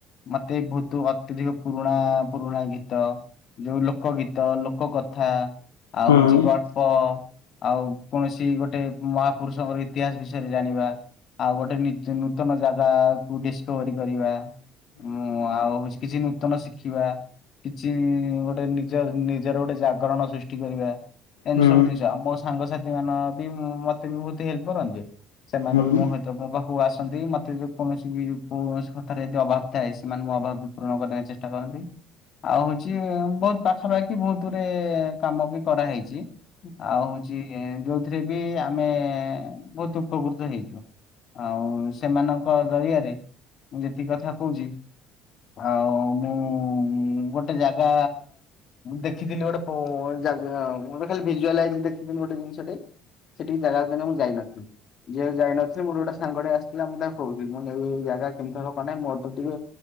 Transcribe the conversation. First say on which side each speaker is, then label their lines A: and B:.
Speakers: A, on the left (about 50°); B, on the left (about 80°).
A: ମତେ ବହୁତ ଅତ୍ୟଧିକ ପୁରୁଣା ପୁରୁଣା ଗୀତ। ଯୋଉ ଲୋକ ଗୀତ ଲୋକ କଥା। ଆଉ
B: ହୁଁ
A: ହଉଛି ଗଳ୍ପ ଆଉ କୌଣସି ଗୋଟେ ମହାପୁରୁଷଙ୍କର ଇ ତିହାସ ବିଷୟରେ ଜାଣିବା ଆଉ ଗୋଟେ ନି-ନୂତନ ଜାଗାକୁ ଡିସକଭରି କରିବା। ହୁଁ ଆଉ ହଉଛି କିଛି ନୂତନ ଶିଖିବା। କିଛି ଗୋଟେ ନିଜ ନିଜର ଗୋଟେ ଜାଗରଣ ସୃଷ୍ଟି କରିବା। ଏମିତି
B: ହୁଁ
A: ସବୁ ଜିନିଷ ଆଉ ମୋ ସାଙ୍ଗସାଥି ମାନେ ବି ମତେ ବି ବହୁତ ହେଲ୍ପ କରନ୍ତି ସେମାନେ
B: ହୁଁ ହୁଁ ହୁଁ ହୁଁ
A: ବି ମୁଁ ତ ମୋ ପାଖକୁ ଆସନ୍ତି ମତେ ଯ କୌଣସି ବି କୌଣସି କଥାରେ ଯଦି ଅଭାବ ଥାଏ ସେମାନେ ମୁଁ ଅଭାବ ପୂରଣ କରିବାକୁ ଚେଷ୍ଟା କରନ୍ତି। ଆଉ ହଉଛି ବହୁତ ପାଖାପାଖି ବହୁତ ଦୂରେ କାମ ବି କରାହେଇଛି। ଆଉ ହଉଛି ଯୋଉଥିରେ ବି ଆମେ ବହୁତ ଉପକୃତ ହେଇଛୁ। ଆଉ ସେମାନଙ୍କ ଜରିଆରେ ମୁଁ ଯେତିକି କଥା କହୁଛି। ଆଉ ମୁଁ ଗୋଟେ ଜାଗା ଦେଖ ଖିଥିଲି ଗୋଟେ ଗୋଟେ ଖାଲି ଭଜୁ ଦେଖିଥିଲି ଗୋଟେ ଜିନିଷେ, ସେଠିକି ଜାଗାକୁ କେ ମୁଁ ଯାଇନଥିଲି ଯିଏ ଯାଇନଥିଲି ମୋର ଗୋଟେ ସାଙ୍ଗ ଆସ ଥିଲା ମୁଁ ତାକୁ କହୁଥିଲି ମୁଁ ଏଇ ଜାଗା କେମିତି ହବ କ ନାହିଁ ମୁଁ ଅଟୋ ଟିକେ